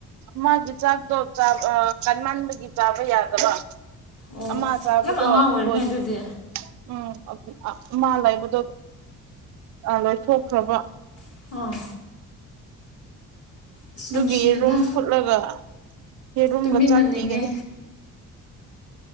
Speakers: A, on the right (about 40°); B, on the left (about 30°).
A: ꯃꯥꯒꯤ ꯆꯥꯛꯗꯣ ꯆꯥꯕ ꯀꯟ ꯃꯒꯤ ꯆꯥꯕ ꯌꯥꯗꯕ
B: ꯑꯣ
A: ꯑꯃꯥ ꯆꯥꯕꯗꯣ
B: ꯌꯥꯝ ꯑꯉꯥꯡ ꯑꯣꯏꯔꯤꯅꯦ
A: ꯂꯣꯏ
B: ꯑꯗꯨꯗꯤ
A: ꯎꯝ ꯃꯥ ꯂꯩꯕꯗꯣ ꯂꯣꯏꯊꯣꯛꯈ꯭ꯔꯕ
B: ꯑꯥ ꯑꯁ
A: ꯑꯗꯨꯒꯤ
B: ꯅꯨꯡꯁꯤꯗ
A: ꯔꯨꯝ ꯐꯨꯠꯂꯒ ꯍꯦꯔꯣꯝꯒ
B: ꯇꯨꯃꯤꯟꯅꯅꯤꯡꯉꯦ
A: ꯆꯥꯛ ꯄꯤꯒꯅꯤꯁ